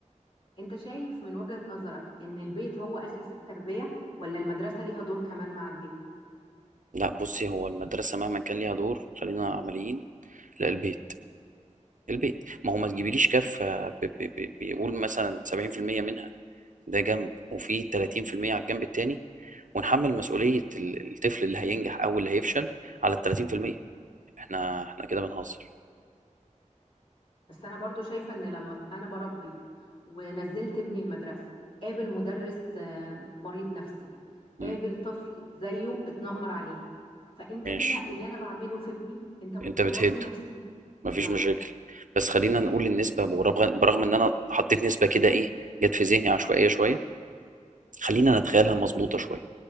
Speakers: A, on the left; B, on the right.
A: انت شايف من وجهة نظرك ان البيت هو اساس التربية ولا المدرسة ليها دور كمان مع البيت
B: لا بصي هو المدرسة مهما كان ليها دور خلينا عمليين لا البيت البيت ما هو ما تجيبيليش كفة ب- ب- ب- بيقول مثلا 70% منها ده جنب وفي 30% على الجنب التاني ونحمل مسؤولية ال- الطفل اللي هينجح أو اللي هيفشل على ال 30% احنا احنا كده بنهزر
A: بس انا برضو شايفة ان لما ت- انا بربي ونزلت ابني المدرسة قابل مدرس آه، مريض نفسي
B: مم.
A: قابل طفل زيه اتنمر عليه فانت
B: ماشي
A: كده اللي انا بعمله في ابني انت بتبوظ
B: انت بتهد
A: لي نفسيته بالظبط
B: مفيش مشاكل بس خلينا نقول النسبة برغم برغم ان انا حطيت نسبة كده ايه جت في ذهني عشوائية شوية خلينا نتخيلها مظبوطة شوية